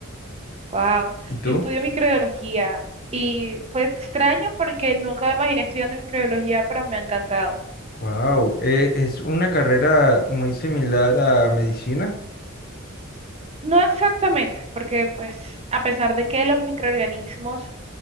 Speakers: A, on the right (about 30°); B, on the left (about 50°).
A: Wow,
B: ¿Y tú?
A: yo estudio microbiología y fue extraño porque nunca me imaginé estudiando microbiología, pero me ha encantado.
B: Wow, es una carrera muy similar a medicina.
A: No exactamente, porque pues a pesar de que los microorganismos